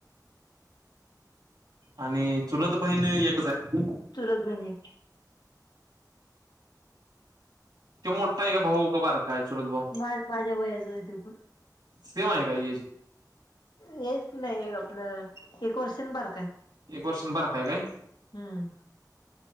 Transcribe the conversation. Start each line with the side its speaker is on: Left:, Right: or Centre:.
Right: आणि चुलत बहीण एकच आहे.
Left: चुलत बहिण एक
Right: त्यो मोठा आहे का भाऊ का बारकाय चुलत भाऊ?
Left: माझ माझ्या वयाचाय त्यो पण.
Right: सेव आहे काय येची.
Left: हेच नाही आपलं एक वर्ष बार काय.
Right: एक वर्षाने भरतोय काय?
Left: हम्म.